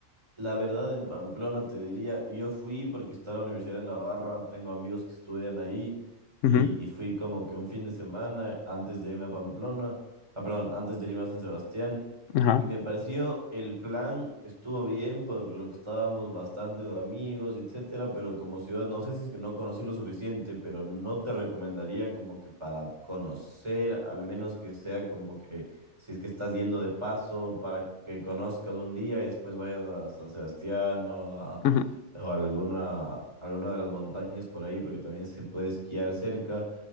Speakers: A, on the right; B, on the left.
A: La verdad, en Pamplona te diría, yo fui porque está la Universidad de Navarra, tengo amigos que estudian ahí
B: Ujú,
A: y, y fui como que un fin de semana antes de irme a Pamplona, ah, perdón, antes de irme a San Sebastián
B: Ajá.
A: y me pareció el plan estuvo bien por lo que estábamos bastantes amigos, etcétera, pero como ciudad, no sé si es que no conocí lo suficiente, pero no te recomendaría como que para conocer, al menos que sea como que si es que estás yendo de paso para que conozcas un día y después vayas a San Sebastián o a,
B: ujú,
A: o a alguna, alguna de las montañas por ahí, porque también se puede esquiar cerca